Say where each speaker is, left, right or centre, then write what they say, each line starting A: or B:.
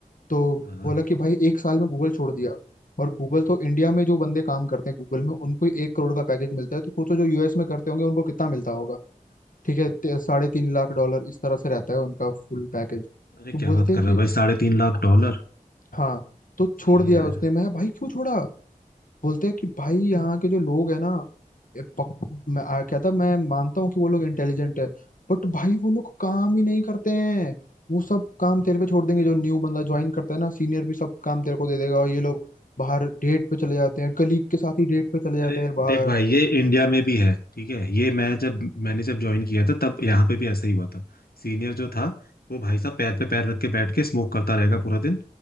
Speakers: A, on the left (about 60°); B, on the left (about 85°).
A: तो
B: हाँ,
A: बोला कि भाई एक साल में गूगल छोड़ दिया और गूगल तो इंडिया में जो बंदे काम करते हैं गूगल में उनको ही एक करोड़ का पैकेज मिलता है तो सोचो जो यूएस में करते होंगे उनको कितना मिलता होगा ठीक है ते- साढ़े तीन लाख डॉलर इस तरह से रहता है उनका फुल पैकेज
B: अरे
A: तो
B: क्या
A: बोलते
B: बात
A: हैं
B: कर रहा
A: कि
B: है भाई साढ़े तीन लाख डॉलर
A: हाँ तो छोड़
B: सही
A: दिया
B: है यार
A: उसने मैं भाई क्यों छोड़ा बोलते हैं कि भाई यहाँ के जो लोग है ना ये पक, मैं आ, कहता मैं मानता हूँ कि वो लोग इंटेलिजेंट है बट भाई वो लोग काम ही नहीं करते हैं वो सब काम तेरे पे छोड़ देंगे जो न्यू बंदा ज्वाइन करता है ना सीनियर भी सब काम तेरे को दे देगा और ये लोग बाहर डेट पे चले जाते हैं कलीग के साथ ही डेट पे चले जाते
B: अरे
A: हैं बाहर
B: देख भाई ये इंडिया में भी है ठीक है ये मैं जब मैंने जब ज्वाइन किया था तब यहाँ पे भी ऐसा ही हुआ था सीनियर जो था वो भाई साहब पैर पे पैर रख के बैठ के स्मोक करता रहेगा पूरा दिन